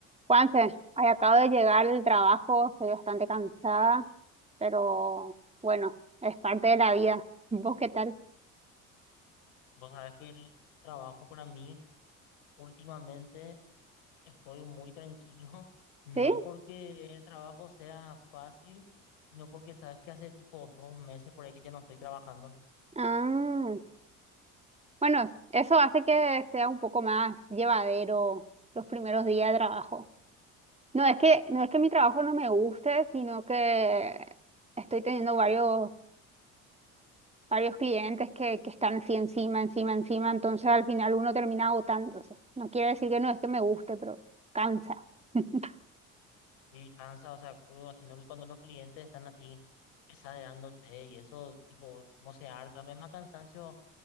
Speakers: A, on the right; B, on the left.
A: Juanse, ay, acabo de llegar del trabajo, estoy bastante cansada, pero bueno, es parte de la vida. ¿Vos qué tal?
B: Vos sabés que el trabajo para mí últimamente estoy muy tranquilo, <laughs> no
A: ¿Sí?
B: porque el trabajo sea fácil, sino porque sabes que hace tipo dos meses por ahí que ya no estoy trabajando
A: Ah, bueno, eso hace que sea un poco más llevadero los primeros días de trabajo. No es que, no es que mi trabajo no me guste, sino que estoy teniendo varios, varios clientes que, que están así encima, encima, encima, entonces al final uno termina agotándose. No quiere decir que no es que me guste, pero cansa. <laughs>
B: y cansa, o sea, me imagino que cuando los clientes están así pesadeándote y eso tipo, no se harta, es más cansancio